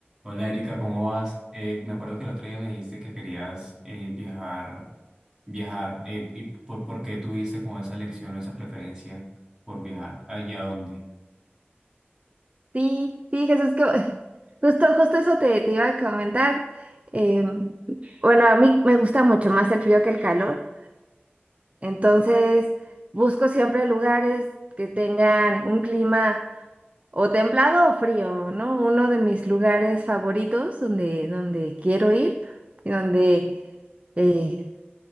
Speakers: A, on the right; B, on the right.
A: Hola Erika, ¿cómo vas? Eh, me acuerdo que el otro día me dijiste que querías eh, viajar, viajar, eh, ¿y por, por qué tuviste como esa elección o esa preferencia por viajar? ¿Allá dónde?
B: Sí, sí, Jesús, que <laughs> justo, justo eso te, te iba a comentar. Eh, bueno, a mí me gusta mucho más el frío que el calor, entonces busco siempre lugares que tengan un clima o templado o frío, ¿no? Uno de mis lugares favoritos donde, donde quiero ir y donde eh,